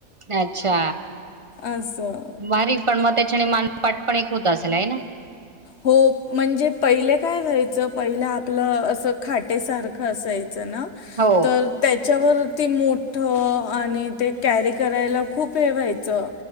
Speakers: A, on the right (about 35°); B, on the left (about 50°).
A: अच्छा
B: असं
A: मारी पण म ते त्या मानपाठ पण एक होत असेल आहे ना?
B: हो म्हणजे पहिले काय व्हायचं पहिलं आपलं असं खाटेसारखं असायचं.
A: हो
B: तर त्यांच त्याच्यावरती मोठ आणि ते कॅरी करायला खूप हे व्हायचं